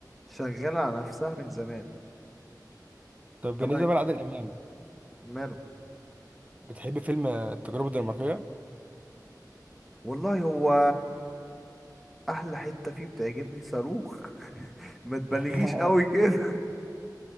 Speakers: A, in the centre; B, on the right.
A: شغالة على نفسها من زمان
B: طب بالنسبه
A: طبعا
B: بقى لعادل امام
A: ماله
B: بتحب فيلم آه، التجربه الدنماركيه
A: والله هو احلى حتة فيه بتعجبني صاروخ <laughs> ما تبالغيش
B: <laughs>
A: قوي كده